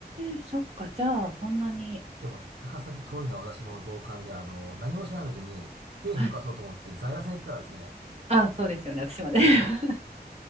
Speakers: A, on the right (about 40°); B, on the right (about 80°).
A: ー、そっか、じゃあ、そんなに。
B: でも、高崎遠いのは私も同感で、あの、何も知らない時に、経費浮かそうと思って在来線行ったらですね、
A: はい。あ、そうですよね、私まで。<laughs>